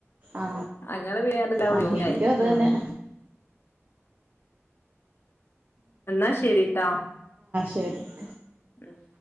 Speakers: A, on the right (about 40°); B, on the left (about 55°).
A: ആ
B: അങ്ങനെ വേറെ ഇതവിടെ
A: ആ
B: ജോയിൻ
A: എനിക്കും
B: ആയി
A: അത്
B: ഉം
A: തന്നെ.
B: എന്നാ ശെരി ട്ടോ.
A: <unintelligible>
B: ആഹ്